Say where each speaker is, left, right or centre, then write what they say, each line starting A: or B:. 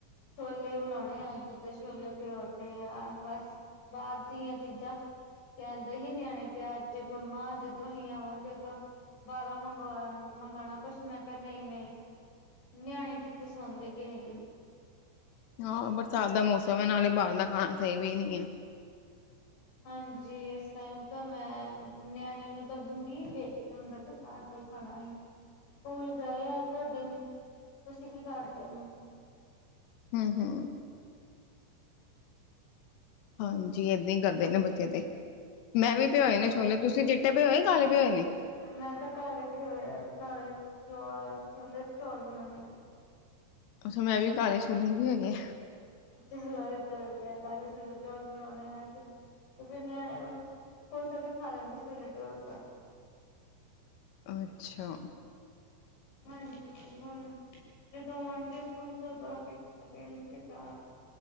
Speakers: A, on the left; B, on the left.
A: ਛੋਲੇ ਬਣਾਉਣੇ ਅੱਜ ਤੇ ਛੋਲੇ ਭਿੱਗੋ ਤੇ ਆ ਬਸ। ਬਾਹਰ ਦੀਆਂ ਚੀਜ਼ਾਂ ਕਹਿੰਦੇ ਸੀ ਨਿਆਣੇ ਕਿਹਾ ਅੱਜ ਮੰਮਾ ਜਦੋਂ ਅਸੀਂ ਆਵਾਂਗੇ ਉਦੋਂ ਬਾਹਰੋਂ ਮੰਗਵਾ ਮੰਗਾਣਾ ਕੁਛ ਮੈ ਕਿਹਾ ਨਹੀਂ-ਨਹੀਂ ਨਿਆਣੇ ਕਿੱਥੇ ਸੁਣਦੇ ਕਿਸੇ ਦੀ?
B: ਹਾਂ, ਬਰਸਾਤ ਦਾ ਮੌਸਮ ਹੈ ਨਾਲੇ ਬਾਹਰ ਦਾ ਖਾਣਾ ਸਹੀ ਵੀ ਨੀ ਐ।
A: ਹਾਂਜੀ, ਇਸ ਟਾਈਮ ਤਾਂ ਮੈਂ ਨਿਆਣਿਆਂ ਨੂੰ ਤਾਂ ਵੇਖਦਾ ਹੁੰਦਾ। ਘਰ ਦਾ ਹੀ ਖਾਣਾ ਹੀ ਸਕੂਲ ਗਏ ਆ ਤੁਹਾਡੇ ਤੁਸੀਂ ਕੀ ਕਰਦੇ ਹੋ?
B: ਹੂੰ-ਹੂੰ। ਹਾਂਜੀ, ਏਦਾਂ ਹੀ ਕਰਦੇ ਨੇ ਬੱਚੇ ਤੇ। ਮੈਂ ਵੀ
A: ਤੁਸੀਂ
B: ਭੀਯੋ
A: ਕੀ
B: ਨੇ
A: ਕਰਦੇ
B: ਛੋਲੇ, ਤੁਸੀਂ ਚੀੱਟੇ ਭਯੋ ਨੇ ਕਾਲੇ ਭਯੋ ਨੇ।
A: ਮੈਂ ਤਾਂ ਕਾਲੇ ਭਿਯੋ ਨੇ ਕਾਲੇ ਛੋਲੇ ਚੌਲ ਬਣਾਉਣੇ ਆ।
B: ਅੱਛਾ, ਮੈਂ ਵੀ ਕਾਲੇ ਛੋਲੇ ਭਿਹੁਨਦਿਆਂ।
A: ਚਲੋ, ਇਹ ਤਾਂ ਵਧੀਆ ਤ ਚੌਲ ਬਣਾਉਣੇ ਅੱਜ। ਫਿਰ ਮੈਂ ਨਿਆਣੇ ਖੁਸ਼ ਹੋ ਕੇ ਖਾ ਲੈਂਦੇ ਛੋਲੇ ਚੋਲ ਤਾਂ।
B: ਅੱਛਾ।
A: ਹਾਂਜੀ- ਹੂੰ ਤੋ ਜਦੋਂ ਆਉਗੇ ਸਕੂਲ ਤੋਂ ਤਾਂ <unintelligible>